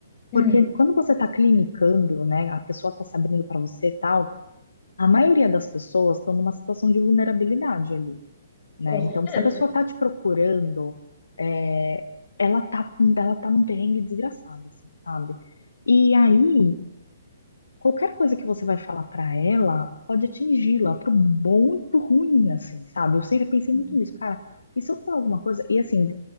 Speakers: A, on the left; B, on the left.
A: Hum,
B: Porque quando você está clinicando, né, a pessoa está se abrindo para você e tal, a maioria das pessoas estão numa situação de vulnerabilidade ali, né?
A: com certeza.
B: Então, se a pessoa está te procurando, é, ela tá, ela tá num perrengue desgraçado, assim, sabe? E aí qualquer coisa que você vai falar pra ela pode atingi-la pro bom e pro ruim, assim, sabe? Eu sempre pensei
A: Uhum.
B: muito nisso, cara. E se eu falar alguma coisa, e assim,